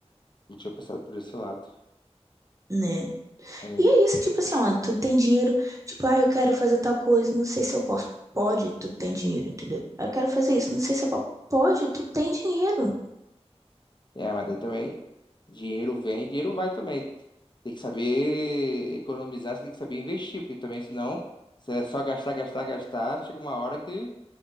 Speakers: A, on the left; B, on the right.
A: Não tinha pensado por esse lado.
B: né?
A: É mesmo.
B: E é isso, tipo assim, ó, tu tem dinheiro, tipo, ah, eu quero fazer tal coisa, não sei se eu posso. Pode, tu tem dinheiro, entendeu? Ah, Eu quero fazer isso, não sei se eu posso. Pode, tu tem dinheiro.
A: É, mas daí também, dinheiro vem, dinheiro vai também. Tem que saber economizar, você tem que saber investir, porque também, senão, se é só gastar, gastar, gastar, chega uma hora que